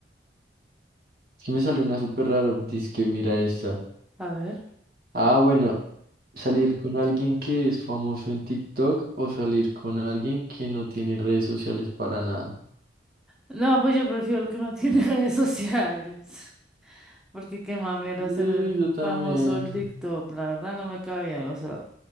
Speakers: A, on the right; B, in the centre.
A: es que me salió una súper raro, dice que mira esta.
B: A ver.
A: Ah, bueno, salir con alguien que es famoso en TikTok o salir con alguien que no tiene redes sociales para nada.
B: No, pues yo prefiero el que no tiene <laughs> redes sociales. Porque qué mamera
A: Sí,
B: ser
A: yo también.
B: famoso el TikTok, la verdad no me cabía, o sea,